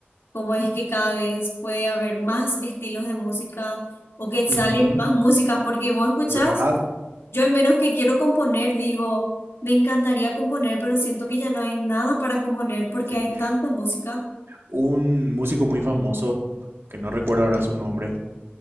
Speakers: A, on the left; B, on the right.
A: cómo es que cada vez puede haber más estilos de música o que salen
B: Ujú.
A: más músicas, porque vos escuchás,
B: ¿verdad?
A: yo al menos que quiero componer, digo, me encantaría componer, pero siento que ya no hay nada para componer porque
B: Sí.
A: hay tanta música.
B: Un músico muy famoso, que no recuerdo ahora su nombre,